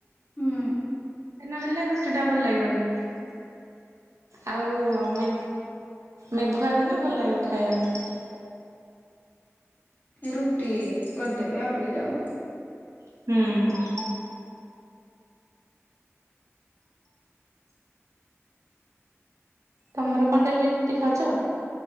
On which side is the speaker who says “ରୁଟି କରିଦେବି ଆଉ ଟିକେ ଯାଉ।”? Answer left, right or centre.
Left